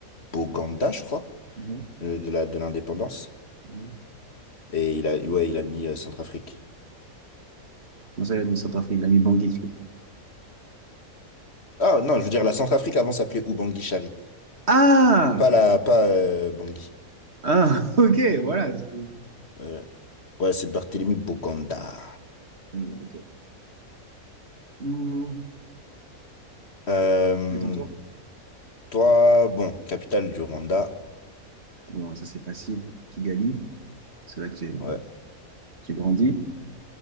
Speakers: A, on the left; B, on the right.
A: Boganda, je crois,
B: Mhm.
A: euh, de la, de l'indépendance.
B: Mhm.
A: Et il a, ouais, il a mis euh, Centrafrique.
B: Comment ça, il a mis Centrafrique? Il a mis Bangui, tu vois
A: Ah non, je veux dire, la Centrafrique avant s'appelait Ubangui Chari.
B: Ah!
A: Pas la, pas euh, Bangui.
B: Ah, <laughs> ok, voilà. c'est-
A: Euh, ouais, c'est Barthélemy Boganda.
B: Ok. Hmm,
A: Euh,
B: C'est ton tour.
A: toi, bon, capitale du Rwanda.
B: Bon, ça, c'est facile. Kigali, c'est là que j'ai
A: Ouais,
B: j'ai grandi.